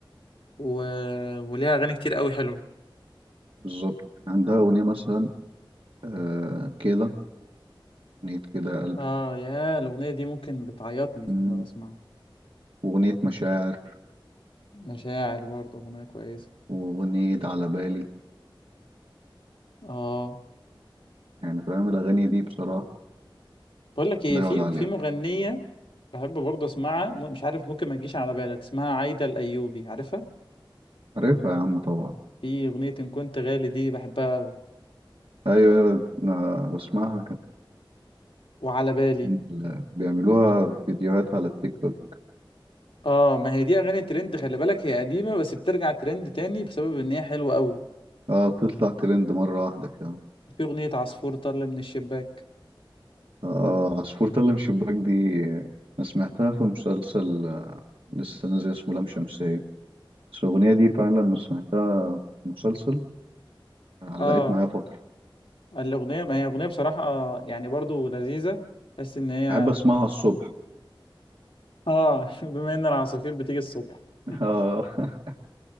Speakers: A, on the left; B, on the right.
A: و... وليها اغاني كتير قوي حلوه
B: بالظبط عندها اغنية مثلا آه كده اغنية كده يا قلبي
A: اه يا الاغنيه دي ممكن بتعيطني
B: مم،
A: لما بسمعها
B: واغنية مشاعر
A: مشاعر برضو اغنيه كويسه
B: واغنية على بالي
A: اه
B: يعني فاهم الاغاني دي بصراحة
A: بقول لك ايه
B: لا
A: في
B: يعلى عليها
A: في مغنيه بحب برضو اسمعها م- مش عارف ممكن ما تجيش على بالك اسمها عايده الايوبي عارفها
B: عارفها يا عم طبعا
A: في اغنيه ان كنت غالي دي بحبها قوي
B: ايوه ايوه أنا بسمعها كانت
A: وعلى بالي
B: ال- بيعملوها فيديوهات على التيك توك
A: اه ما هي دي اغاني ترند خلي بالك هي قديمه بس بترجع ترند تاني بسبب ان هي حلوه قوي
B: اه بتطلع ترند مرة واحدة كده
A: في أغنية عصفور طل من الشباك
B: اه عصفور طلم شباك دي أنا سمعتها في مسلسل لسه نازل اسمه لام شمسية بس الأغنية دي فعلا أنا سمعتها في مسلسل علقت
A: اه
B: معايا فترة
A: الأغنية ما هي أغنية بصراحة آه، يعني برضو لذيذة بس إن هي
B: بحب أسمعها الصبح
A: اه <laughs> بما إن العصافير بتيجي الصبح <laughs>
B: آه. <laughs>